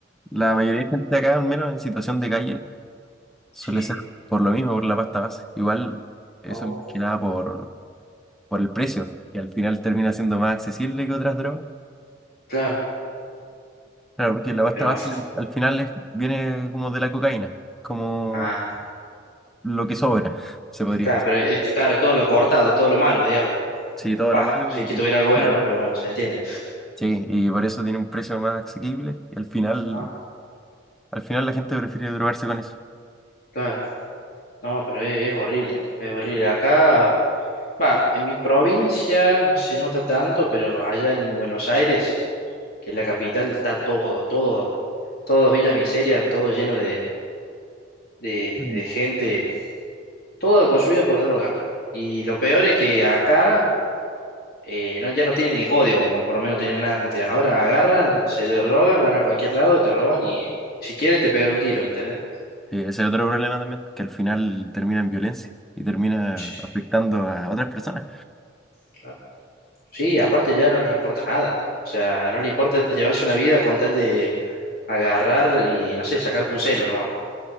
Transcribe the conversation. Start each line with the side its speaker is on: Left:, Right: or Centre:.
Centre: La mayoría de gente acá, al menos en situación de calle, suele
Left: sí,
Centre: ser por lo mismo, por la pasta base. Igual, eso
Left: oh,
Centre: es más que nada por por el precio, que al final termina siendo más accesible que otras drogas.
Left: claro,
Centre: Claro, porque la
Left: y
Centre: pasta
Left: pero
Centre: base
Left: más-
Centre: al al final es- viene como de la cocaína, como
Left: Ah,
Centre: lo que sobra, <laughs> se podría
Left: claro,
Centre: decir.
Left: pero es, claro, es todo lo cortado, todo lo malo, digamos.
Centre: Sí, todo
Left: Pa,
Centre: lo malo
Left: si
Centre: y
Left: es que
Centre: que...
Left: tuviera algo bueno,
Centre: bueno,
Left: ¿no? Pero bueno, se entiende.
Centre: Sí, y por eso tiene un precio más asequible y al final,
Left: Ah,
Centre: al final la gente prefiere drogarse con eso.
Left: claro. No, pero es, es horrible, es horrible. Acá, va, en mi provincia se nota tanto, pero allá en Buenos Aires, que es la capital, está todo, todo, todo Villa Miseria, todo lleno de, de,
Centre: Mm.
Left: de gente, todo consumido por la droga. Y lo peor es que acá eh, no, ya no tienen ni código, como por lo menos tenían antes. Ahora agarran, se drogan, van a cualquier lado, te roban y si quieren te pegan un tiro, ¿entendés?
Centre: Sí, ese es otro problema también, que al final termina en violencia y termina
Left: Sí.
Centre: afectando a otras personas.
Left: claro. Sí, aparte ya no les importa nada. O sea, no les importa llevarse una vida con tal de agarrar y, no sé, sacarte un celo nomás.